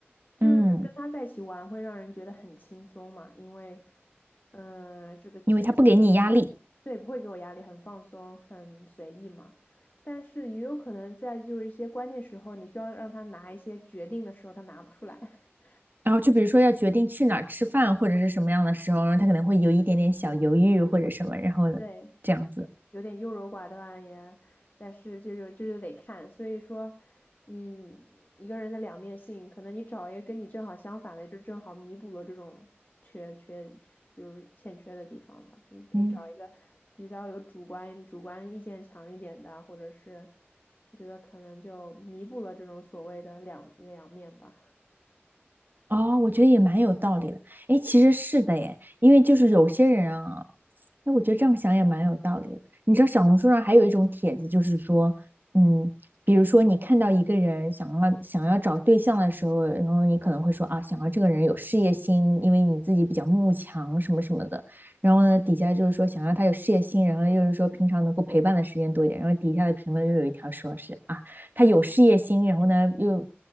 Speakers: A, on the left; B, on the right.
A: 就是跟他在一起玩会让人觉得很轻松嘛，
B: 嗯，
A: 因为嗯是个是
B: 因为他不给你压力。
A: 对，不会给我压力，很放松，很随意嘛。但是也有可能在就是一些关键时候，你需要让他拿一些决定的时候，他拿不出来。<laughs>
B: 然后就比如说要决定去哪儿吃饭或者是什么样的时候，然后他可能会有一点点小犹豫或者什么，然后呢，
A: 对。
B: 这样子，
A: 有点优柔寡断呀，但是就是就是得看，所以说你一个人的两面性，可能你找一个跟你正好相反的，就正好弥补了这种缺缺缺就是欠缺的地方吧。你可以找一个比较有主观主观意见强一点的，
B: 嗯。
A: 或者是我觉得可能就弥补了这种所谓的两两面吧。
B: 哦，我觉得也蛮有道理的。哎，其实是的耶，因为就是有些人啊，哎，我觉得这样想也蛮有道理的。你知道小红书上还有一种帖子，就是说，嗯，比如说你看到一个人想要想要找对象的时候，然后你可能会说啊，想要这个人有事业心，因为你自己比较慕强什么什么的。然后呢，底下就是说想要他有事业心，然后又是说平常能够陪伴的时间多一点。然后底下的评论又有一条说是啊，他有事业心，然后呢又